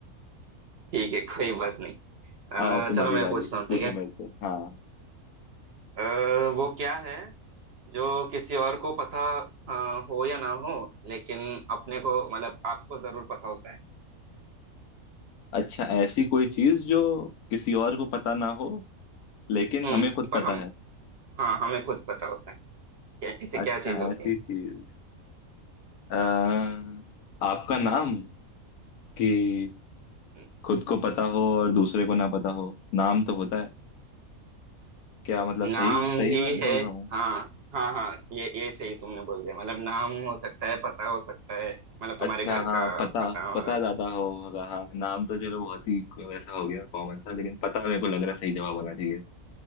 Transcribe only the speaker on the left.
आओ अब
तुम्हारी
बारी
पूछो
मेरे से हाँ
अच्छा ऐसी कोई चीज जो किसी और को पता ना हो लेकिन
हमें खुद
पता
है
अच्छा
ऐसी चीज अह आपका नाम कि
खुद को पता हो और दूसरे को ना पता हो नाम तो होता है क्या मतलब
सही सही
मैं
बोल रहा हूँ
अच्छा
हाँ
पता
पता
ज्यादा होगा हाँ नाम तो चलो बहुत ही वैसा हो गया कॉमन सा लेकिन पता मेरे को लग रहा है सही जवाब होना चाहिए